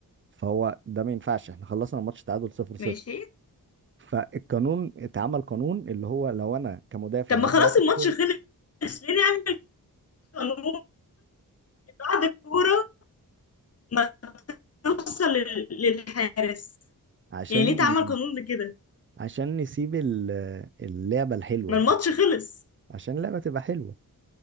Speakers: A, on the right; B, on the left.
A: فهو ده ما ينفعش احنا خلصنا الماتش تعادل 0 0
B: ماشي
A: فالقانون اتعمل قانون اللي هو لو انا كمدافع
B: طب ما
A: رجعت
B: خلاص الماتش
A: الكرة
B: خلص ليه نعمل قانون بعد الكوره ما توصل لل- للحارس
A: عشان
B: يعني ليه تعمل قانون لكده
A: عشان نسيب ال- اللعبة الحلوة
B: ما الماتش خلص
A: عشان اللعبة تبقى حلوة